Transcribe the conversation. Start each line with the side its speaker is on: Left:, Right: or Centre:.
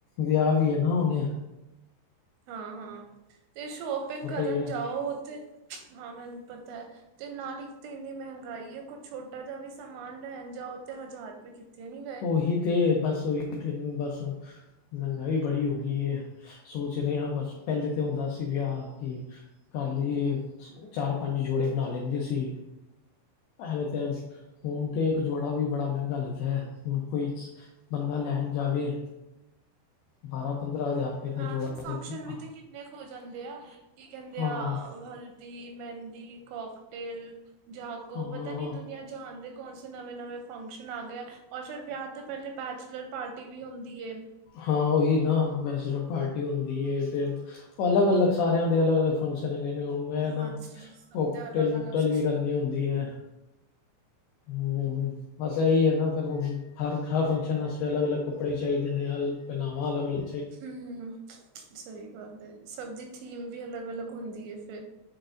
Left: ਵਿਆ ਵੀ ਏ ਨਾ ਹੁਣੇ।
Right: ਹਾਂ, ਹਾਂ, ਤੇ ਸ਼ੋਪਿੰਗ ਕਰਨ
Left: ਹੀ ਹੈ
Right: ਜਾਓ ਓਤੇ ਹਾਂ, ਮੈਨੂੰ ਪਤੈ। ਤੇ ਨਾਲ ਇੱਕ ਤੇ ਇੰਨੀ ਮੈਹੰਗਾਈ ਏ, ਕੁਛ ਛੋਟਾ ਜਾ ਵੀ ਸਮਾਨ ਲੈਣ ਜਾਓ ਤੇ ਹਜ਼ਾਰ ਫਿਰ ਕਿੱਥੇ ਨੀ ਗਏ?
Left: ਉਹੀ ਤੇ ਬਸ ਓਹੀ ਤੇ ਬਸ ਓ ਮੈੰਗਾਈ ਬੜੀ ਹੋ ਗਈ ਏ। ਸੋਚ ਰਹੇ ਹਾਂ ਬਸ ਪੈਲੇ ਤੇ ਹੁੰਦਾ ਸੀ ਵਿਆਹ ਕਿ ਕਰ ਲੀਏ। ਚਾਰ-ਪੰਜ ਜੋੜੇ ਬਣਾ ਲੈਂਦੇ ਸੀ। ਐਵੇਂ ਤੇ ਹੂਣ ਤੇ ਇੱਕ ਜੋੜਾ ਵੀ ਬੜਾ ਮੈੰਗਾ ਲੱਗਦੈ। ਹੁਣ ਕੋਈ ਬੰਦਾ ਲੈਣ ਜਾਵੇ, ਬਾਰਾਂ-ਪੰਦਰਾਂ ਹਜ਼ਾਰ ਰੁਪਏ
Right: ਤੇ ਨਾਲ
Left: ਦਾ ਜੋੜਾ
Right: ਹੁਣ ਫੰਕਸ਼ਨ
Left: ਤੇ
Right: ਵੀ
Left: ਹਾਂ
Right: ਤੇ ਕਿੰਨੇ ਹੋ ਜਾਂਦੇ ਆ ਕੀ ਕੈੰਦੇ
Left: ਹਾਂ
Right: ਆ, ਹਲਦੀ, ਮੈੰਦੀ, ਕੌਕਟੇਲ। ਜਾਗੋ
Left: ਹਾਂ
Right: ਪਤਾ ਨੀ ਦੁਨੀਆਂ ਜਹਾਣ ਦੇ ਕੌਣ ਸੇ ਨਵੇਂ-ਨਵੇਂ ਫੰਕਸ਼ਨ ਆ ਗੇ ਆ, ਔਰ ਫਿਰ ਵਿਆਹ ਤੋਂ ਪੈਲੇ ਬੈਚਲਰ ਪਾਰਟੀ ਵੀ ਹੁੰਦੀ ਏ।
Left: ਹਾਂ ਉਹੀ ਨਾ ਬੈਸ਼ਲ ਪਾਰਟੀ ਹੁੰਦੀ ਏ। ਫਿਰ ਉਹ ਅਲੱਗ, ਅਲੱਗ ਸਾਰਿਆਂ ਦੇ ਅਲੱਗ ਅਲੱਗ ਫੰਕਸ਼ਨ ਹੈਗੇ ਨੇ ਓ। ਮੈਂ
Right: ਹਾਂਜੀ
Left: ਨਾ
Right: ਸਭ
Left: ਕੋਕਟਲ
Right: ਦਾ ਅਲੱਗ-ਅਲੱਗ
Left: ਪੂਕਟਲ
Right: ਸਿਸਟਮ
Left: ਵੀ ਕਰਨੀ ਹੁੰਦੀ
Right: ਏ।
Left: ਹੈ। ਹੁੰ ਹੁੰ। ਬਸ ਇਹੀ ਹੈ ਨਾ ਫਿਰ ਹੁਣ ਹਰ ਫੰਕਸ਼ਨ ਵਸ ਅਲੱਗ- ਅਲੱਗ ਕੱਪੜੇ ਚਾਹੀਦੇ ਨੇ ਪਹਿਨਾਵਾ ਅਲੱਗ-ਅਲੱਗ।
Right: ਹੁੰ ਹੁੰ ਸਈ ਗੱਲ ਏ, ਸਭ ਦੀ ਥੀਮ ਵੀ ਅਲੱਗ-ਅਲੱਗ ਹੁੰਦੀ ਏ ਫਿਰ।